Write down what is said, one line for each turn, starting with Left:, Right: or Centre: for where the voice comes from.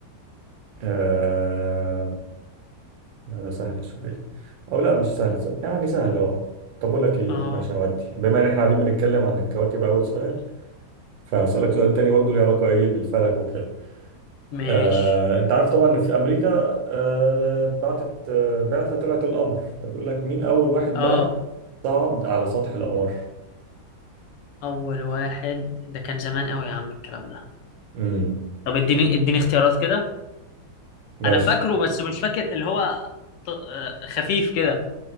Right: آه... لا ده سهل شوية او لا مش سهل سهل. يعني سهل اه طب اقول لك ايه
Left: اه
Right: ماشي هودي بما ان احنا قاعدين بنتكلم عن الكواكب اول سؤال فهسألك سؤال تاني برضه ليه علاقة ايه بالفلك وكده
Left: ماشي
Right: آه، انت عارف طبعا ان في امريكا آه، بعتت آه، بعثة طلعت القمر فبيقول لك مين اول واحد
Left: اه
Right: بقى صعد على سطح القمر
Left: اول واحد ده كان زمان قوي يا عم الكلام ده
Right: امم
Left: طب اديني اديني اختيارات كده
Right: ماشي
Left: انا فاكره بس مش فاكر اللي هو ط- آه، خفيف كده